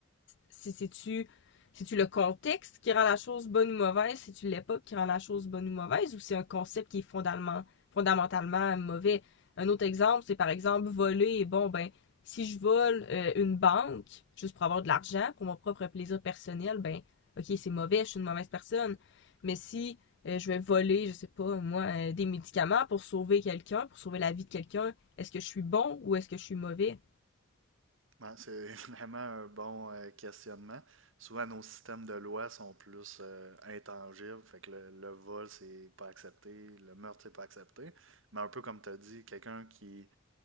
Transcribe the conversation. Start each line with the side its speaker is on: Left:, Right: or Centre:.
Left: si c'est-tu c'est-tu le contexte qui rend la chose bonne ou mauvaise, c'est-tu l'époque qui rend la chose bonne ou mauvaise, ou c'est un concept qui est fondamentalement, fondamentalement mauvais? Un autre exemple, c'est par exemple voler. Bon, ben, si je vole euh, une banque, juste pour avoir de l'argent, pour mon propre plaisir personnel, ben, ok, c'est mauvais, je suis une mauvaise personne. Mais si euh, je vais voler, je sais pas, moi, euh, des médicaments pour sauver quelqu'un, pour sauver la vie de quelqu'un, est-ce que je suis bon ou est-ce que je suis mauvais?
Right: Ouais, c'est <laughs> vraiment un bon euh, questionnement. Souvent, nos systèmes de loi sont plus euh, intangibles, fait que le, le vol, c'est pas accepté, le meurtre, c'est pas accepté. Mais un peu comme tu as dit, quelqu'un qui,